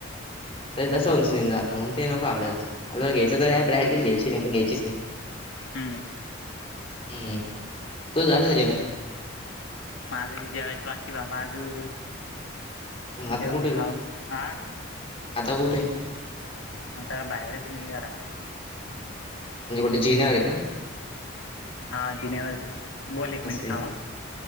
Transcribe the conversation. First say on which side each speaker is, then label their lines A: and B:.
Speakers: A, on the left; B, on the left.
A: त तसं उंचन जातं म्हण ते नको आपल्याला अ घ्यायं तर ह ब्रँड घ्यायची नाही का घ्यायच नाही
B: हम्म
A: हम्म तू झालं का जेवण
B: माझं बी जेवायचं वाट की बाबा अजून
A: मग आता
B: जेवण
A: कुठे आहे
B: खाऊन
A: तू
B: हा
A: आता कुठे आहे
B: म त्या बाहेरच मे घरा तन
A: म्हणजे कुठे जिन्यावर आहे का
B: हा जिनेव बोल एक
A: असं
B: मिनिट
A: आहे
B: थांमा